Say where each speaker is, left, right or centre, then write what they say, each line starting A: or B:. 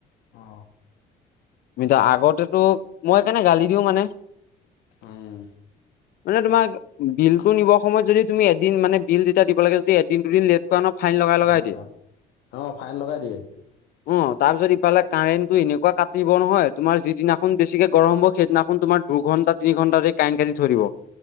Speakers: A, on the left; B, on the left.
A: অ।
B: মিটা আগতেতো মই সেইকাৰণে গালি দিওঁ মানে।
A: উম।
B: মানে তোমাক বিলতটো নিবৰ সময়ত যদি তুমি এদিন মানে বিল যেতিয়া দিব লাগে য এদিন দুদিন লেট কৰা ন ফাইন লগাই লগাই
A: <inaudible>
B: দিয়ে
A: অ ফাইন লগাই দিয়ে।
B: অ তাৰ পিছত ইফালে কাৰেণ্টটো এনেকুৱা কাটিব নহয়, তোমাৰ যিদিনাখন বেছিকে গৰম হ'ব সেইদিনাখন তোমাৰ দুঘণ্টা, তিনি ঘণ্টা ধৰি কাৰেণ্ট কাটি থৈ দিব।